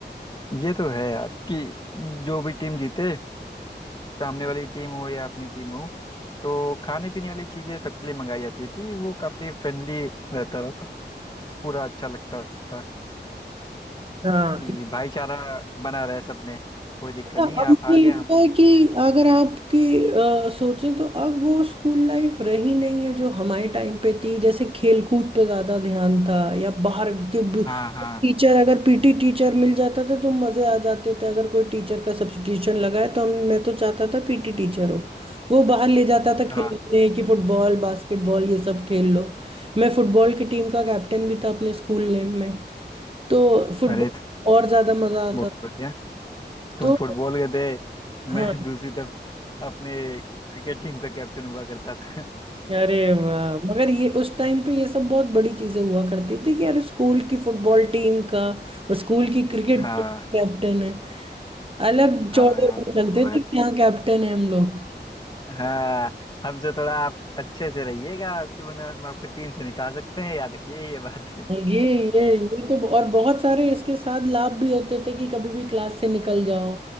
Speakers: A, on the left (about 25°); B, on the right (about 30°).
A: ये तो है यार कि जो भी टीम जीते सामने वाली टीम हो या अपनी टीम हो तो खाने पीने वाली चीजें सबके लिए मंगाई जाती थी वो काफी फ्रेंडली रहता था पूरा अच्छा लगता था
B: हाँ
A: कि भाईचारा बना रहे सब में कोई दिक्कत
B: हाँ,
A: नहीं
B: अब मुझे
A: आप हार गए
B: लगता
A: हम
B: है
A: जीत
B: कि
A: गए
B: अगर आपकी अ, सोचें तो अब वो स्कूल लाइफ रही नहीं है जो हमारे टाइम पे थी जैसे खेलकूद पे ज्यादा ध्यान था या बाहर
A: हाँ हाँ
B: टीचर अगर पीटी टीचर मिल जाता था तो मजे आ जाते थे अगर कोई टीचर का सब्स्टिट्यूशन लगाए तो हम मैं तो चाहता था पीटी टीचर हो वो बाहर ले जाता था
A: हाँ
B: खेलने कि फुटबॉल बास्केटबॉल ये सब खेल लो मैं फुटबॉल की टीम का कैप्टन भी था अपने स्कूल नेम में तो फुटबॉल
A: अरे तो
B: और ज्यादा मजा आता
A: बहुत
B: था।
A: बढ़िया तुम
B: तो
A: फुटबॉल के थे
B: हाँ
A: मैं दूसरी तरफ अपने क्रिकेट टीम का कैप्टन हुआ करता था
B: अरे वाह मगर ये उस टाइम पे ये सब बहुत बड़ी चीजें हुआ करती थी कि यार स्कूल की फुटबॉल टीम का और स्कूल की क्रिकेट
A: हाँ
B: टीम कैप्टन है अलग
A: हाँ
B: चौड़े
A: यार
B: होके चलते
A: ये तो है
B: थे कि हाँ कैप्टन है हम लोग
A: हाँ हमसे थोड़ा आप अच्छे से रहिएगा आपकी वरना हम आपको टीम से निकाल सकते हैं याद रखिए ये बात
B: ये ये ये तो और बहुत सारे इसके साथ लाभ भी होते थे कि कभी भी क्लास से निकल जाओ